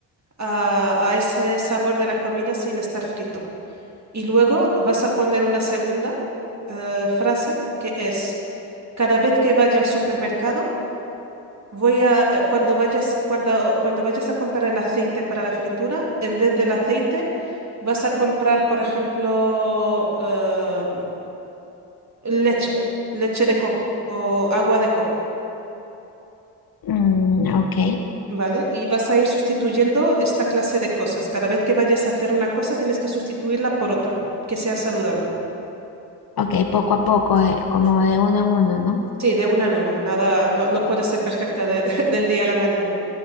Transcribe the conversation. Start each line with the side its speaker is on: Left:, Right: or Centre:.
Right: a, a ese sabor de la comida sin estar frito. Y luego vas a poner una segunda eh, frase que es, cada vez que vaya al supermercado, voy a, eh, cuando vayas, cuando, cuando vayas a comprar el aceite para la fritura, en vez del aceite, vas a comprar, por ejemplo, eh, leche, leche de coco o agua de coco.
Left: Mm, ok,
Right: ¿vale? Y vas a ir sustituyendo esta clase de cosas. Cada vez que vayas a hacer una cosa, tienes que sustituirla por otra, que sea saludable.
Left: ok, poco a poco, eh, como de uno en uno, ¿no?
Right: Sí, de una en una. Nada, no, no puede ser perfecta de- <laughs> del día a la mañana,